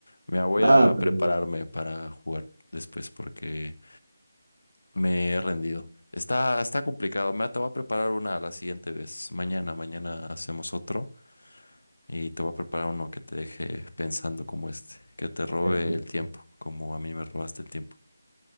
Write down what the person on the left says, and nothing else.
Me voy
a
prepararme para jugar después porque me he rendido. Está, está complicado. Me te voy a preparar una la siguiente vez. Mañana, mañana hacemos otro. Y te voy a preparar uno que te deje pensando como este, que te robe
el tiempo, como a mí me robaste el tiempo.